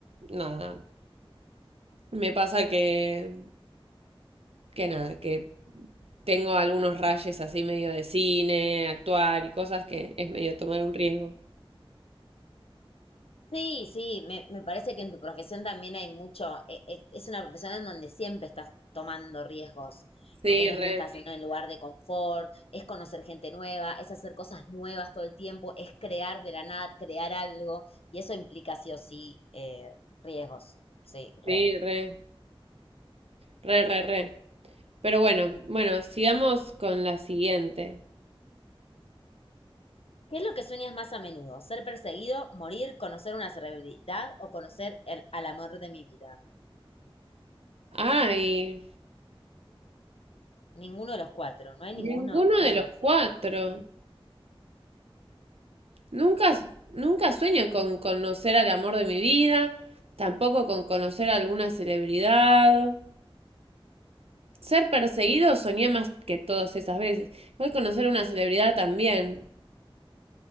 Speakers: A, on the right; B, on the left.
A: nada, me pasa que que nada, que tengo algunos rayes así medio de cine, actuar y cosas que es medio tomar un riesgo.
B: Sí, sí, me, me parece que en tu profesión también hay mucho, e- es, es una profesión en donde siempre estás tomando riesgos,
A: Sí,
B: porque no
A: re,
B: es que estás Sí, en Sí, un lugar de confort, es conocer gente nueva, es hacer cosas nuevas todo el tiempo, es crear de la nada, crear algo, y eso implica sí o sí eh, riesgos, sí, re.
A: sí, re, re, re, re. Pero bueno, bueno, sigamos con la siguiente.
B: ¿Qué es lo que sueñas más a menudo? ¿Ser perseguido, morir, conocer una celebridad o conocer el- al amor de mi vida?
A: Ay,
B: Ninguno de los cuatro, no hay
A: ninguno
B: ninguno, no hay
A: de los
B: una opción.
A: cuatro. Nunca, nunca sueño con conocer al amor de mi vida, tampoco con conocer a alguna celebridad. Ser perseguido soñé más que todas esas veces. Voy a conocer a una celebridad también.